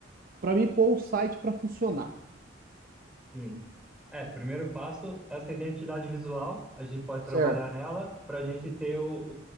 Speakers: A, on the right; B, in the centre.
A: para mim pôr o site para funcionar.
B: Sim, É, primeiro passo, essa identidade visual, a gente pode
A: Certo,
B: trabalhar nela para a gente ter o,